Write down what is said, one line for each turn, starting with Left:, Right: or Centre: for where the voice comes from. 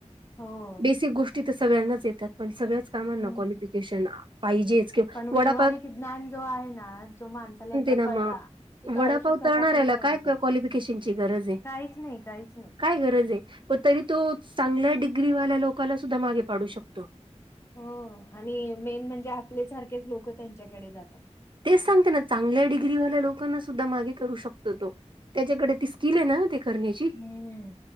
Left: हो
Right: बेसिक गोष्टी तर सगळ्यांनाच येतात. पण सगळ्याच कामांना
Left: हम्म
Right: क्वालिफिकेशन पाहिजेच किंवा
Left: पण व्यावहारिक
Right: वडापा
Left: ज्ञान जो आहे ना जो माणस. त्याला एकदा
Right: ना
Left: कळला
Right: मग
Left: की तो
Right: वडापाव
Left: आयुष्यात कसा
Right: तळणाऱ्याला
Left: आपण सर्वाइव
Right: काय
Left: करतो
Right: क्वालिफिकेशनची
Left: <inaudible>
Right: गरज आहे.
Left: काहीच नाही काहीच नाही.
Right: काय गरज आहे पण तरी तो चांगल्या डिग्रीवाल्या लोकला सुद्धा मागे पाडू शकतो.
Left: हो आणि मेन म्हणजे आपल्या सारखेच लोक त्यांच्याकडे जातात.
Right: तेच सांगते ना चांगल्या डिग्रीवाल्या लोकांना सुद्धा मागे करू शकतो तो. त्याच्याकडे ती स्किल आहे ना ते करण्याची.
Left: ह्